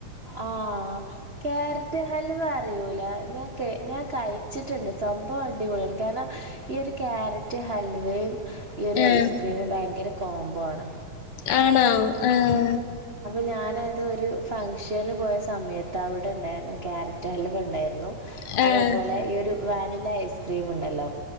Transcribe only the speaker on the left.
ആഹ്
ആണോ ആഹ്
ആഹ്